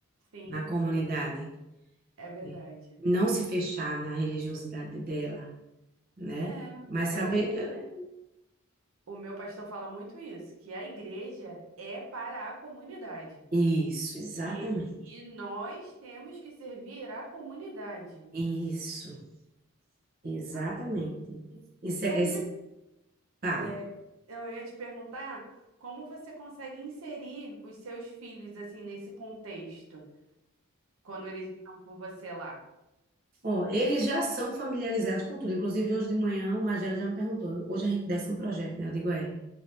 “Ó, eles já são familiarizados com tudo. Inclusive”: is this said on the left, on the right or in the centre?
Right